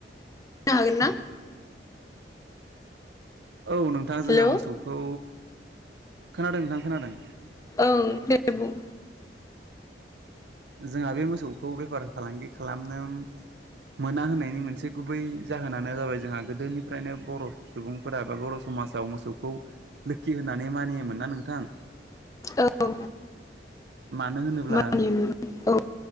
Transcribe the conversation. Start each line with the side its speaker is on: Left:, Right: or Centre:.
Left: हागोन ना?
Right: औ नोंथां जोंहा
Left: हेल'
Right: मोसौखौ खोनादों नोंथां खोनादों।
Left: ओं दे बुं।
Right: जोंहा बे मोसौखौ बेफार फालांगि खालामनो मोना होननायनि मोनसे गुबै जाहोनानो जाबाय जोंहा गोदोनिफ्रायनो बर' सुबुंफोरा बा बर' समाजाव मोसौखौ लोखि होननानै मानियोमोन ना नोंथां
Left: औ
Right: मानो होनोब्ला
Left: मानियोमोन औ।